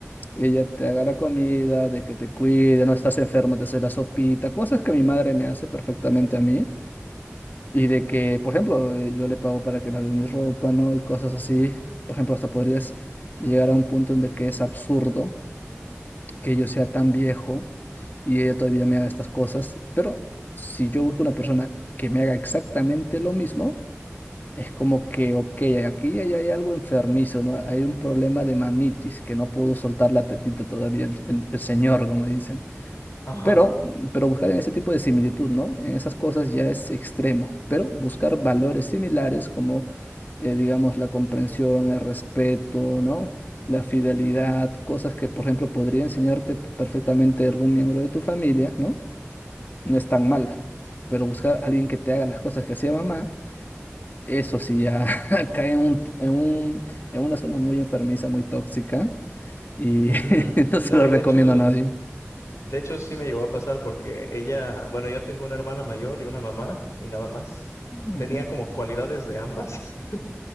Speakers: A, on the left; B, on the left.
A: ella te haga la comida, de que te cuide, no estás enfermo, te hace la sopita, cosas que mi madre me hace perfectamente a mí. Y de que, por ejemplo, eh, yo le pago para que lave mi ropa, ¿no? Y cosas así. Por ejemplo, hasta podrías llegar a un punto en de que es absurdo que yo sea tan viejo y ella todavía me haga estas cosas. Pero si yo busco una persona que me haga exactamente lo mismo, es como que, ok, aquí hay, hay algo enfermizo, ¿no? Hay un problema de mamitis, que no pudo soltar la tetita todavía el, el- el señor, como dicen.
B: Ajá.
A: Pero, pero buscar en ese tipo de similitud, ¿no? En esas cosas ya es extremo, pero buscar valores similares como, eh, digamos, la comprensión, el respeto, ¿no? La fidelidad, cosas que, por ejemplo, podría enseñarte perfectamente algún miembro de tu familia, ¿no? No es tan mal, pero buscar a alguien que te haga las cosas que hacía mamá eso sí, ya <laughs> cae en un, en un- en una zona muy enfermiza, muy tóxica, y
B: Ujú.
A: <laughs> no
B: No,
A: se lo
B: y
A: recomiendo
B: de hecho,
A: a nadie.
B: de hecho sí me llegó a pasar porque ella, bueno, yo tengo una hermana mayor y una mamá y nada más.
A: Ujú.
B: Tenía como cualidades de ambas. <laughs>